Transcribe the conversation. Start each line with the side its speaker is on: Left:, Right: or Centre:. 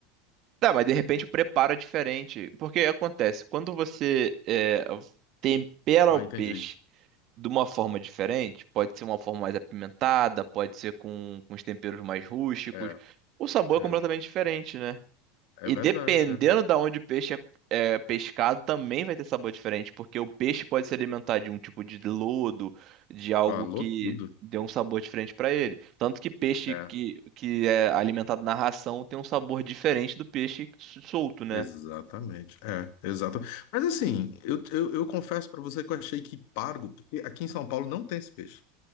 Right: Tá, mas de repente o preparo é diferente. Porque acontece, quando você é, tempera
Left: Ah,
Right: o peixe
Left: entendi.
Right: de uma forma diferente, pode ser uma forma mais apimentada, pode ser com, com os temperos mais rústicos,
Left: É,
Right: o sabor
Left: é,
Right: é completamente diferente, né?
Left: é
Right: E
Left: verdade,
Right: dependendo
Left: é.
Right: da onde o peixe é, é pescado, também vai ter sabor diferente, porque o peixe pode se alimentar de um tipo de lodo, de algo
Left: Falou
Right: que
Left: tudo.
Right: dê um sabor diferente para ele. Tanto que peixe
Left: É.
Right: que, que é alimentado na ração tem um sabor diferente do peixe s- solto, né?
Left: Exatamente, é, exato. Mas assim, eu, eu, eu confesso para você que eu achei que pargo, porque aqui em São Paulo não tem esse peixe.